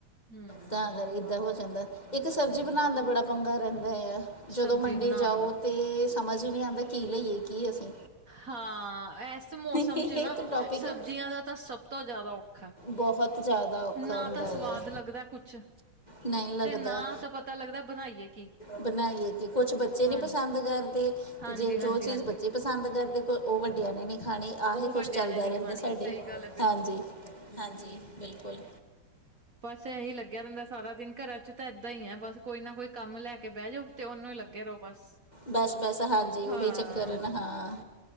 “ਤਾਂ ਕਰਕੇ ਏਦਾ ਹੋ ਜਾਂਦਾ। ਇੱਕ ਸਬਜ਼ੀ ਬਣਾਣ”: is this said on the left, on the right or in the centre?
Left